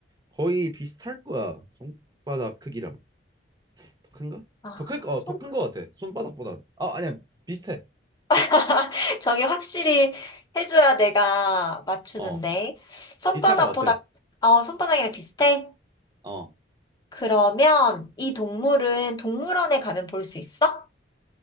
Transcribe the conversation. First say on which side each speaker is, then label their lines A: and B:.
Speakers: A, on the right (about 20°); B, on the left (about 20°).
A: 거의 비슷할 거야. 손바닥 크기랑. 더 큰가?
B: 아,
A: 더 클, 어,
B: 손?
A: 더 큰 거 같아. 손바닥보단. 아, 아니야, 비슷해.
B: <laughs> 저기 확실히 해줘야 내가 맞추는데.
A: 어,
B: 손바닥보다,
A: 비슷한 거 같아.
B: 어, 손바닥이랑 비슷해?
A: 어,
B: 그러면 이 동물은 동물원에 가면 볼 수 있어?